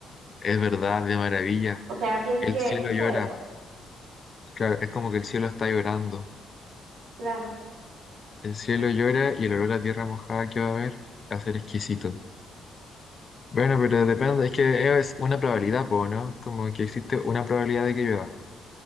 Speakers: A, on the left; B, on the right.
A: Es verdad, de maravilla.
B: O sea, así es
A: El
B: que
A: cielo
B: sucede,
A: llora.
B: pues.
A: Claro, es como que el cielo está llorando.
B: Claro.
A: El cielo llora y el olor a tierra mojada que va a haber va a ser exquisito. Bueno, pero depende, es que es una probabilidad, po, ¿no? Como que existe una probabilidad de que llueva.